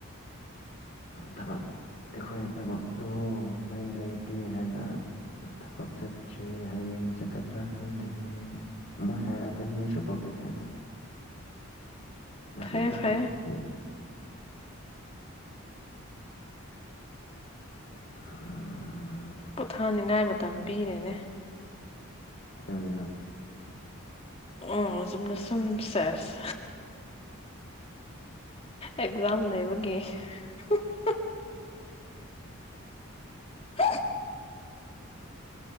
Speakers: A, on the left; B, on the left.
A: ꯊꯕꯛ ꯑꯩꯈꯣꯏ ꯊꯕꯛꯇꯣ ꯃꯩ ꯂꯩꯇꯦ ꯍꯥꯏꯅ ꯊꯕꯛ ꯆꯠꯇ꯭ꯔꯦ ꯍꯌꯦꯡ ꯆꯠꯀꯗ꯭ꯔ ꯈꯪꯗꯦ ꯍꯌꯦꯡ ꯃꯣꯏ ꯍꯥꯏꯔꯛꯀꯅꯤ ꯁꯄ꯭ꯔꯣꯐꯦꯖꯔꯅ ꯉꯁꯤ
B: ꯐꯩꯌꯦ
A: ꯊꯕꯛ
B: ꯐꯩꯌꯦ
A: ꯁꯨ <unintelligible> <inaudible>
B: ꯄꯣꯊꯥꯅꯤꯡꯉꯥꯏ ꯃꯇꯝ ꯄꯤꯔꯦꯅꯦ
A: ꯀꯩꯗꯧꯔꯤꯅꯣ
B: ꯑꯣ ꯆꯨꯝꯅ ꯁꯨꯝ ꯁꯦꯁ ꯑꯦꯛꯖꯝ ꯂꯩꯕꯒꯤ <unintelligible> <unintelligible>